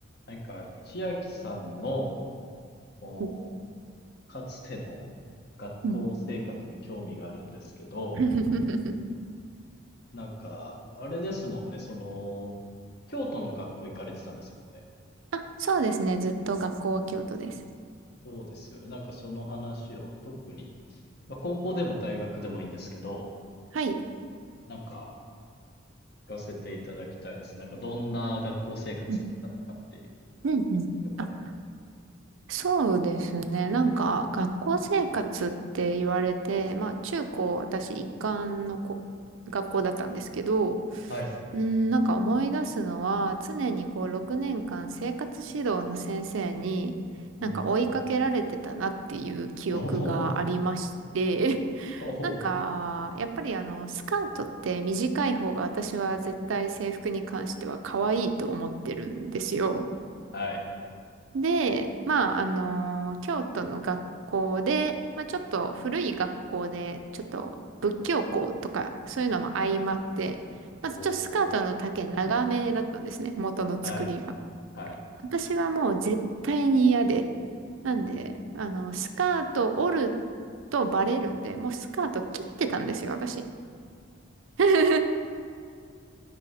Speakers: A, on the left (about 50°); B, on the right (about 75°).
A: なんか、千秋さんの、こう、
B: うん
A: かつての学校生活に興味があるんですけど、
B: うん <laughs>
A: なんか、あれですもんね、その、京都の学校行かれてたんですもんね。
B: あ、そうですね。ずっと学校は京都です。
A: そうですよね。なんかその話を特に、まあ、高校でも大学でもいいんですけど、
B: はい。
A: なんか聞かせていただきたいですなんかどんな学校生活だったのかっていう。
B: うんうんうんあ、
A: よかった
B: そうですね。なんか、学校生活って言われて、まあ、中高、私、一貫のこ学校だったんですけど、
A: ら。はい。
B: うん、なんか思い出すのは、常にこう、6年間生活指導の先生に、
A: うん。
B: なんか追いかけられてたなっていう記憶がありまして、
A: おお、おお、
B: なんか、やっぱりあの、スカートって短い方が私は絶対制服に関しては可愛いと思ってるんですよ。
A: はい。
B: で、まあ、あの、京都の学校で、まあ、ちょっと古い学校で、ちょっと仏教校とか、そういうのも相まって、まあ、
A: おお、
B: ちょっとスカートの丈長めだったんですね、元の作りが。
A: はい、はい。
B: 私はもう絶対に嫌で。なんで、
A: うん
B: あの、スカート折るとバレるんで、もうスカート切ってたんですよ、私。<laughs>